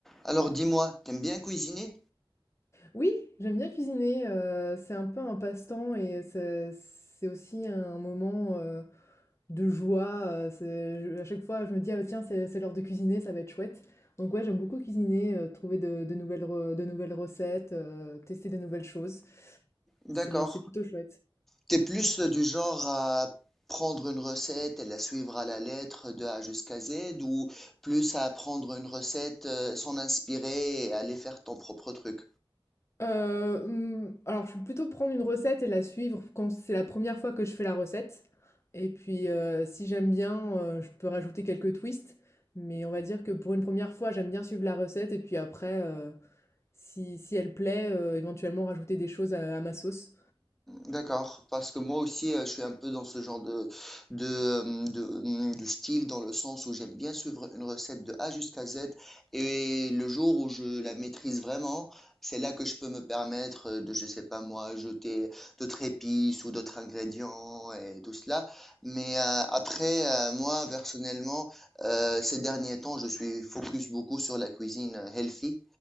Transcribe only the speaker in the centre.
Alors dis-moi, t'aimes bien cuisiner?
D'accord.
T'es plus du genre à prendre une recette et la suivre à la lettre de A jusqu'à Z ou plus à prendre une recette, euh, s'en inspirer et aller faire ton propre truc?
D'accord, parce que moi aussi euh, je suis un peu dans ce genre de, de, euh, de, euh, de style dans le sens où j'aime bien suivre une recette de A jusqu'à Z et le jour où je la maîtrise vraiment, c'est là que je peux me permettre euh, de, je sais pas moi, jeter d'autres épices ou d'autres ingrédients et tout cela. Mais euh, après, euh, moi personnellement, euh, ces derniers temps, je suis focus beaucoup sur la cuisine euh, healthy.